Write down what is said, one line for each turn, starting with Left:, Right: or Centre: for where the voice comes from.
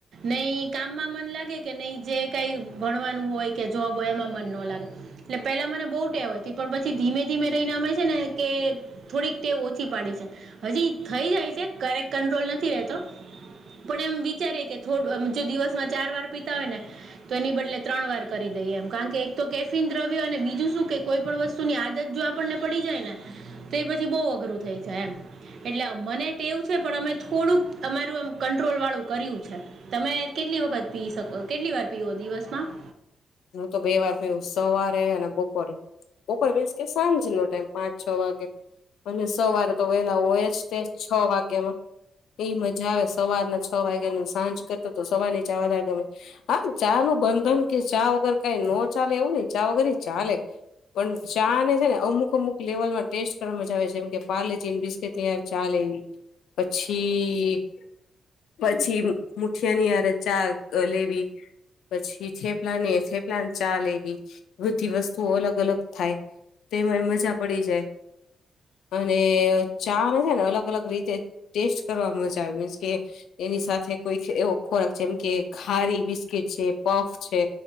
Right: નહી કામમાં મન લાગે કે નહી જે કઈ ભણવાનું હોય કે જોબ હોય એમાં મન ન લાગે. એટલે પેલા મને બહુ ટેવ હતી પણ પછી ધીમે ધીમે રહીનામે છે ને કે થોડીક તે ઓછી પાડી છે હજી થઈ જાય છે ક્યારેક કંટ્રોલ નથી રહેતો. પણ એમ વિચારીએ કે થોડુ જો દિવસ માં ચાર વાર પીતા હોય ને તો એની બદલે ત્રણ વાર કરી દઈએ એમ કારણ કે એક તો કેફિન દ્રવ્ય અને બીજું શું કે કોઈ પણ વસ્તુ વસ્તુની આદત જો આપણને પડી જાય ને તો એ પછી બહુ અઘરું થઈ જાય એમ. એટલે મને તે એવું છે પણ અમે થોડુંક અમારું એમ કંટ્રોલ વાળું કર્યું છે. તમે કેટલી વખત પી શકો કેટલી વાર પીવો દિવસમાં.
Left: હું તો બે વાર પીવુ સવારે અને બપોરે બપોર મીન્સ કે સાંજનો ટાઈમ પાંચ છ વાગે અને સવારે તો વહેલા હોય જ તે છ વાગ્યા માં એ મજા આવે સવારના છ વાગ્યા ની સાંજ કરતો તો સવાર ની ચા વધારે ગમે. હા ચા નું બંધન કે ચા વગર કઈ નો ચાલે એવું નઈ ચા વગર એ ચાલે. પણ ચા ને છે ને અમુક અમુક લેવલમાં ટેસ્ટ કરવા મજા આવે છે જેમ કે પારલે જીને બિસ્કીટ ની ચાલે એવી પછી પછી મુઠિયાની આરે ચા લેવી પછી થેપલા ને થેપલા ને ચાલે એવી બધી વસ્તુઓ અલગ અલગ થાય. તેમાંય મજા પડી જાય. અને ચા ને છે ને અલગ અલગ રીતે ટેસ્ટ કરવા મજા આવે મીન્સ કે એની સાથે કોઈ એવો ખોરાક જેમ કે ખારી બિસ્કીટ છે પફ છે.